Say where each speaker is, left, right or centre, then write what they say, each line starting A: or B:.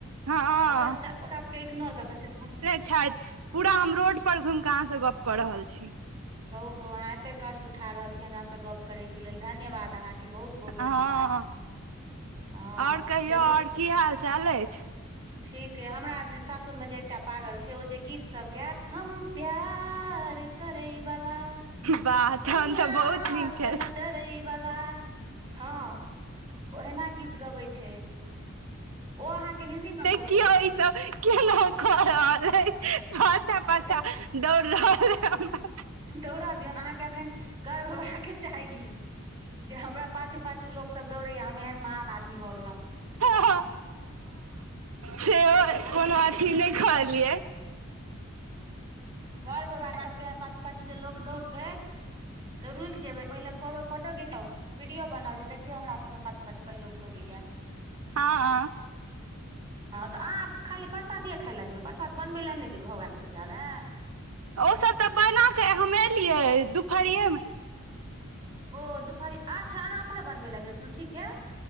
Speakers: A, on the right; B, on the right.
A: हँ
B: ओकरा हुनका ओकरा सबके इग्नोर कऽ के चलन
A: छैथ पूरा हम रोड पर घुइम कऽ अहाँ से गप कऽ रहल छी
B: कहू कहू अहाँ एते कष्ट उठा रहल छी हमरासँ गप्प करय के लेल धन्यवाद अहाँके बहुत बहुत
A: हँ
B: धन्यवाद हँ
A: आओर कहियौ
B: चलू
A: आओर की हाल चाल अछि
B: ठीक अइ हमरा सासुरमे जे एकटा पागल छै ओ जे गीतसभ गेएत हम प्यार करै वला
A: वाह तहन
B: दुनियासँ
A: तऽ बहुत नीक छै
B: नै डरैवला हँ ओहिना गीत गबै छै ओ अहाँके हिन्दी म
A: <unintelligible> <unintelligible>
B: ईसभ दौड़ा दियौन अहाँके एखन गर्व हेबाक चाही जे हमरा पाछू पाछू लोग सब दौड़ेया हम एहन महान आदमी भऽ गेलो
A: <inaudible> से
B: अहाँके
A: कोनो अथी नय कहलियै
B: गर्व <inaudible> बला सबके पाछू पाछू जे लोक दौड़तै तऽ रुइक जेबै पहिले कहबै फोटो घिचाओ वीडियो बनाउ जे देखियो हमरा सबके पाछू पाछु कते लोग दौड़ेया
A: हाँ
B: हँ तऽ आब खाली प्रसादिए खायइ लए जेबै परसाद बनबै लए नय जयबै भगवानके पूजामे
A: ओसभ तऽ बना कऽ हम एलियै दुपहरिएमे
B: ओ दुपहारी अच्छा अहाँ अपने बनबै लए गेल छलो ठीके